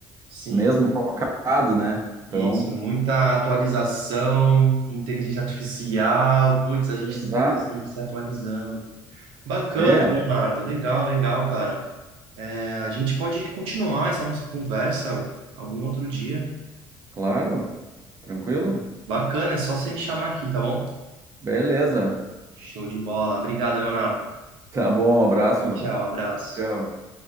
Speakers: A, on the right (about 75°); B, on the right (about 35°).
A: sim,
B: mesmo focado, né? Então,
A: isso. Muita atualização, inteligência artificial. Putz, a gente
B: exato.
A: tem que estar sempre se atualizando. Bacana,
B: É,
A: Leonardo. Legal, legal, cara. É, a gente pode continuar essa nossa conversa algum outro dia.
B: claro, tranquilo?
A: Bacana, é só você me chamar aqui, tá bom?
B: Beleza.
A: Show de bola. Obrigado, Leonardo.
B: Tá bom, abraço.
A: Tchau, tchau, abraço.
B: Tchau.